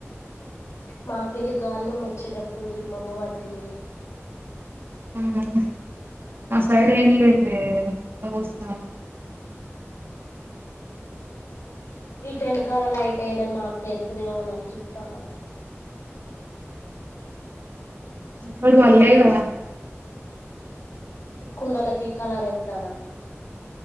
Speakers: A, on the left (about 85°); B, on the right (about 50°).
A: మాకెళ్ళి గాల్దుమ్ వచ్చేటట్టుంది మబ్బు పట్టింది.
B: మ్ మా సైడ్ ఏం లేంది
A: ఈ
B: ఉక్క పోస్తాంది.
A: ఇట వెనకాల లైట్ అయలే మాకు ఎత్తదేమోనని చూత్తాన
B: ఇప్పుడు పడ్లే కదా?
A: కుండలకి కలరెత్తాన్న.